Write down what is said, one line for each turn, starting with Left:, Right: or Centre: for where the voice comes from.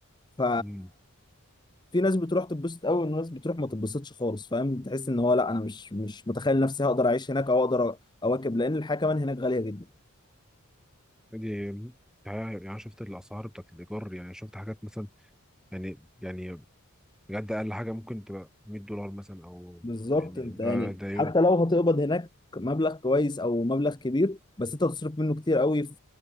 Left: ف
Centre: أمم.
Left: في ناس بتروح تتبسط قوي وناس بتروح ما تتبسطش خالص فاهم تحس ان هو لا انا مش مش متخيل نفسي هقدر اعيش هناك او اقدر أ- اواكب لان الحياه كمان هناك غاليه جدا
Centre: دي يعني أنا شفت الأسعار بتاعت الإيجار يعني شفت حاجات مثلا يعني يعني بجد اقل حاجه ممكن تبقى 100 دولار مثلا او
Left: بالظبط
Centre: يعني
Left: انت
Centre: ده
Left: يعني
Centre: ده يوم
Left: حتى لو هتقبض هناك مبلغ كويس او مبلغ كبير بس انت هتصرف منه كتير قوي في